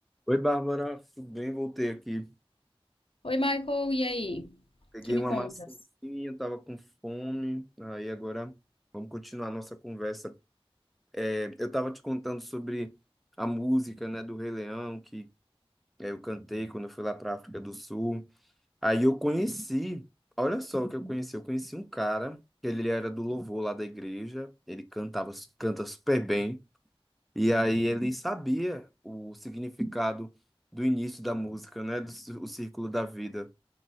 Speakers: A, in the centre; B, on the left.
A: Oi, Bárbara, tudo bem? Voltei aqui.
B: Oi, Michael, e aí?
A: Peguei
B: Que me
A: uma
B: contas?
A: maçãzinha, tava com fome. Aí agora vamos continuar a nossa conversa. É, eu tava te contando sobre a música, né, do Rei Leão, que é, eu cantei quando eu fui lá para África do Sul. Aí eu conheci, olha só o que eu conheci. Eu conheci um cara, que ele era do louvor lá da igreja, ele cantava, canta super bem. E aí ele sabia o significado do início da música, né, do cí- o círculo da vida.